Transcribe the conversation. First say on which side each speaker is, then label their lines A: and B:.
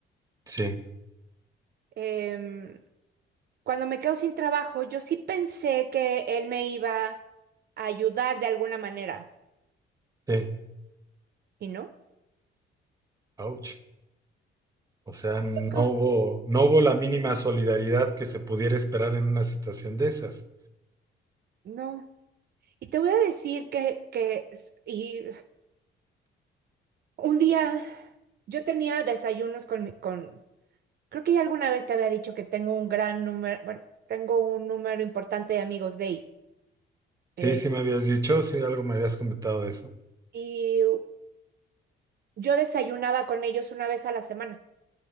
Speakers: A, on the right; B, on the right.
A: sí,
B: Em, cuando me quedo sin trabajo, yo sí pensé que él me iba a ayudar de alguna manera.
A: sí.
B: ¿Y no?
A: Ouch. O sea,
B: Creo
A: no
B: que
A: hubo, no hubo la mínima solidaridad que se pudiera esperar en una situación de esas.
B: un- No. Y te voy a decir que, que s- y un día yo tenía desayunos con mi, con, creo que ya alguna vez te había dicho que tengo un gran número, bueno, tengo un número importante de amigos gays.
A: Sí,
B: Eh,
A: sí me habías dicho, sí, algo me habías comentado de eso.
B: y yo desayunaba con ellos una vez a la semana.